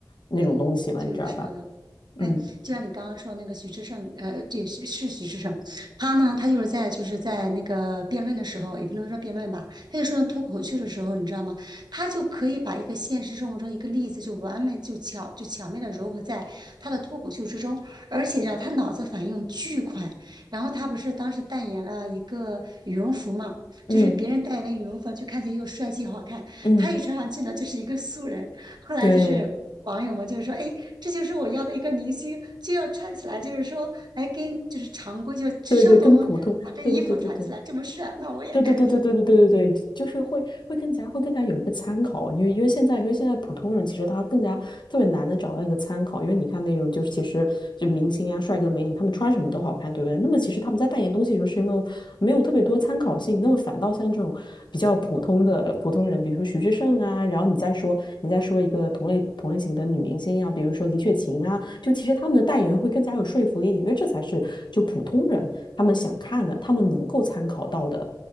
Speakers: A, on the left; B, on the right.
A: 那种东西了，
B: 对，就是说的，
A: 你知道吧？
B: 哎，
A: 嗯
B: 就像你刚刚说那个徐志胜，呃，对，是是徐志胜，他呢，他就是在就是在那个辩论的时候，也不能说辩论吧，他就说到脱口秀的时候，你知道吗？他就可以把一个现实生活中一个例子就完美就巧就巧妙的糅合在他的脱口秀之中，而且呢，他脑子反应巨快。然后他不是当时代言了一个羽绒服嘛，
A: 嗯
B: 就是别人代言的羽绒服，就看起来又帅气又好看，
A: 嗯，
B: 他一穿上去呢，就是一个素人。后来就是网友嘛，
A: 对
B: 就是说，哎，这就是我要的一个明星，就要穿起来，就是说，哎，跟就是常规，就是时尚都能把这衣服穿起来这么帅，
A: 对对，跟普通，对对对对对。
B: 那我也可以。
A: 对对对对对对对对对，就是会会更加会更加有一个参考，因为因为现在因为现在普通人其实他更加特别难的找到一个参考，因为你看那种就是其实就明星啊、帅哥美女，他们穿什么都好看，对不对？那么其实他们在代言东西的时候是没有没有特别多参考性，那么反倒像这种比较普通的普通人，比如说徐志胜啊，然后你再说你再说一个同类同类型的女明星啊，比如说李雪琴啊，就其实他们的代言会更加有说服力一点，因为这才是就普通人他们想看的，他们能够参考到的。